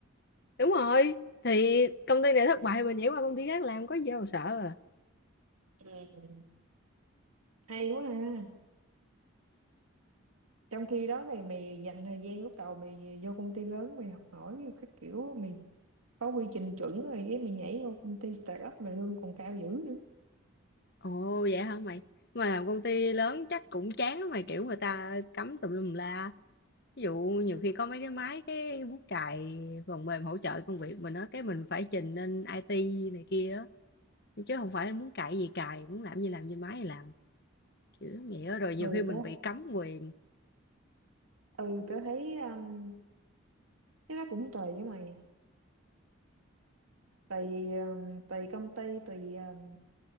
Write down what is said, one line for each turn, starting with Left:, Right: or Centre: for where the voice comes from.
Left: đúng rồi thì công ty này thất bại mình nhảy qua công ty khác làm có gì đâu mà sợ à.
Right: ừ, hay quá ha trong khi đó thì mày dành thời gian lúc đầu mày vô công ty lớn mày học hỏi như các kiểu mày có quy trình chuẩn rồi cái mày nhảy vô công ty start up mà lương còn cao dữ nữa
Left: Ồ vậy hả mày? Mà làm công ty lớn chắc cũng chán lắm mày kiểu người ta cấm tùm lum la. Ví dụ nhiều khi có mấy cái máy cái bút chày phần mềm hỗ trợ công việc mình á cái mình phải trình lên IT này kia á chứ không phải muốn cài gì cài, muốn làm gì làm trên máy thì làm. Kiểu vậy á rồi
Right: ừ
Left: nhiều khi mình
Right: tớ
Left: bị cấm quyền.
Right: ừ tớ thấy um, cái đó cũng tùy với mày tùy um, tùy công ty tùy um,